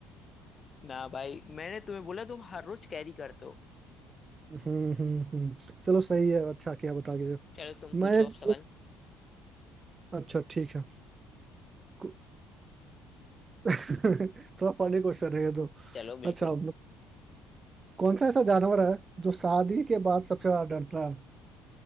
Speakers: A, on the left (about 35°); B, on the right (about 30°).
A: ना भाई मैंने तुम्हें बोला तुम हर रोज कैरी करते हो
B: हम्म हम्म हम्म चलो सही है अच्छा क्या बता के दो
A: चलो तुम पूछो
B: मैं एक
A: अब सवाल
B: अच्छा ठीक है कु- <laughs> थोड़ा फनी क्वेश्चन है ये तो
A: चलो बिल्कुल
B: अच्छा म- कौन सा ऐसा जानवर है जो शादी के बाद सबसे ज्यादा डरता है